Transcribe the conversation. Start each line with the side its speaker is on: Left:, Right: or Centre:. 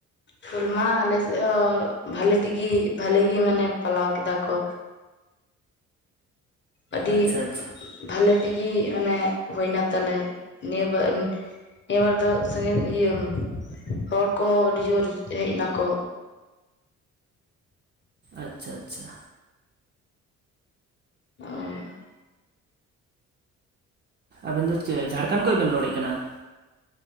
Left: ᱦᱩᱞ ᱢᱟᱦᱟ ᱟᱞᱮ ᱥᱮᱫ ᱦᱚᱸ ᱵᱷᱟᱞᱮ ᱛᱮᱜᱤ ᱵᱷᱟᱞᱮᱜᱮ ᱢᱟᱱᱮ ᱯᱟᱞᱟᱣ ᱠᱮᱫᱟ ᱠᱚ ᱟᱹᱰᱤ
Right: ᱟᱪᱪᱷᱟ ᱟᱪᱪᱷᱟ
Left: ᱵᱷᱟᱞᱮ ᱛᱮᱜᱮ ᱢᱟᱱᱮ ᱦᱩᱭᱱᱟ ᱛᱟᱞᱮ ᱱᱤᱭᱟᱹ ᱵᱟᱨ ᱱᱤᱭᱟᱹᱵᱟᱨ ᱫᱚ ᱥᱟᱺᱜᱤᱧ ᱤᱭᱟᱹ ᱦᱚᱲ ᱠᱚᱦᱚᱸ ᱟᱹᱰᱤ ᱡᱳᱨ ᱦᱮᱡᱱᱟ ᱠᱚ
Right: ᱟᱪᱪᱷᱟ ᱟᱪᱪᱷᱟ
Left: <inaudible>
Right: ᱟᱵᱤᱱ ᱫᱚ ᱪᱮᱜ ᱡᱷᱟᱲᱠᱷᱟᱱ ᱠᱷᱚᱡ ᱵᱮᱱ ᱨᱚᱲᱮᱜ ᱠᱟᱱᱟ ᱾